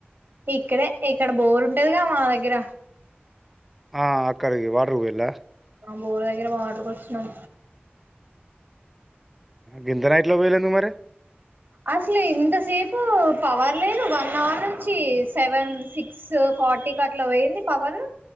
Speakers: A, on the right (about 60°); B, in the centre.
A: ఇక్కడే ఇక్కడ బోరుంటదిగా మా దగ్గర
B: ఆ అక్కడికి వాట ర్ కుపొఇళ్ల
A: బోరు దగ్గర వాటర్ కొచ్చినం
B: గింత నైట్ల పొఇళ్లేందుకు మరి
A: అసలు ఇంతసేపు పవర్ లేదు వన్ అవర్ నుంచి సెవెన్ సిక్స్ ఫార్టీ కట్లా పోయింది పవర్